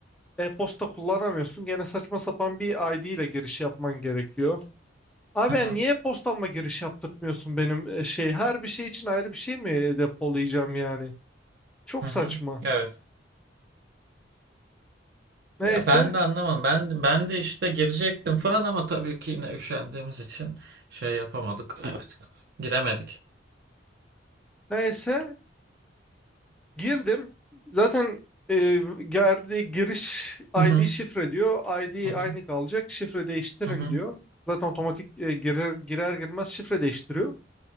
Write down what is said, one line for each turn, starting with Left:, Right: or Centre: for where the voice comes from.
Centre: E-posta kullanamıyorsun. Gene saçma sapan bir ID ile giriş yapman gerekiyor. Abi
Right: Hı hı.
Centre: ben niye e-postamla giriş yaptırtmıyorsun benim e, şey? Her bir şey için ayrı bir şey mi depolayacağım yani? Çok
Right: Hı hı.
Centre: saçma.
Right: Evet. Ya
Centre: Neyse.
Right: ben de anlamadım. Ben ben de işte girecektim falan ama tabii ki yine üşendiğimiz için şey yapamadık. Evet. Giremedik.
Centre: Neyse. Girdim. Zaten e, geldi giriş
Right: Hı
Centre: ID
Right: hı.
Centre: şifre diyor. ID
Right: Hı hı.
Centre: aynı kalacak. Şifre değiştirin
Right: Hı hı.
Centre: diyor. Zaten otomatik e, girer, girer girmez şifre değiştiriyor.